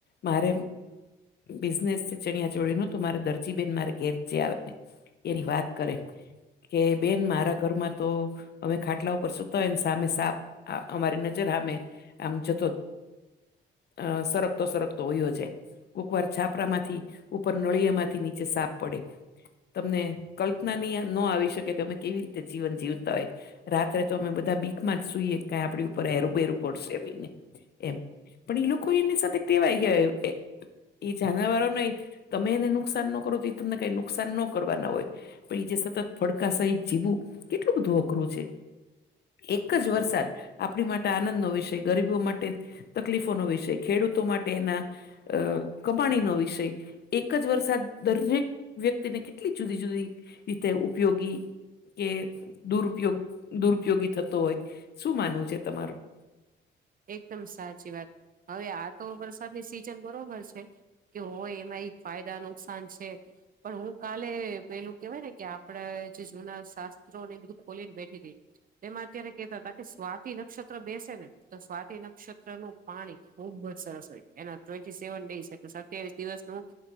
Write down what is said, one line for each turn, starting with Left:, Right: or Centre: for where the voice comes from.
Left: મારે બિઝનેસ છે ચણિયા ચોળીનું તો મારે દરજીબેન મારે ઘેર છે આવે એની વાત કરે કે બેન મારા ઘરમાં તો અમે ખાટલા ઉપર સુતા હોય ને સામે સાપ આ અમારી નજર અમે આમ જતો? અ સરક તો સરકતો હોયયો જાય- એકવાર છાપરા માંથી ઉપર નળિયા માંથી નીચે સાફ પડે- તમને કલ્પનાની ન આવી શકે કે અમે કેવી રીતે જીવન જીવતા હોય- રાત્રે તો અમે બધા બીકમાં જ સુઈએ કઈ આપડી ઉપર એરું બેેરું પડશે- એ પણ એ લોકો એની સાથે ટેવાય ગયા- એ જાનવરો ને તમે એને નુકસાન ન કરો તો એ તમને કઈ નુકસાન ન કરવાના હોય- આપ જે સતત ફડકા સહિત જીવું કેટલું બધું અઘરું છે. એક જ વરસાદ આપણી માટે આનંદ નો વિષય- ગરીબો માટે તકલીફોનોો વિષય ખેડૂતો માટે એના- અ કબાણી નો વિષય- એક જ વર્ષ દરેક વ્યક્તિને કેટલી જુદી જુદી રીતે ઉપયોગી- કે દુરુપયોગ દુરુપયોગી થતો હોય શું માનવું છે તમારે -
Right: એકદમ સાચી વાત હવે આ તો વરસાદની સિઝન બરોબર છે. કે હોય એમાં એક ફાયદા નુકસાન છે. પણ હું કાલે પેલું કેવાય ને કે આપડે જે જૂના શાસ્ત્રો ને એ બધું ખોલીને બેઠી રઈ- એમાં અત્યારે કેતા હતા કે સ્વાતિ નક્ષત્ર બેસે ને- તો સ્વાતી નક્ષત્ર નું પાણી ખુબ જ સરસ હોય છે એના ટવે સેવન ડસ એટલે સત્યાવીસ દિવસનું-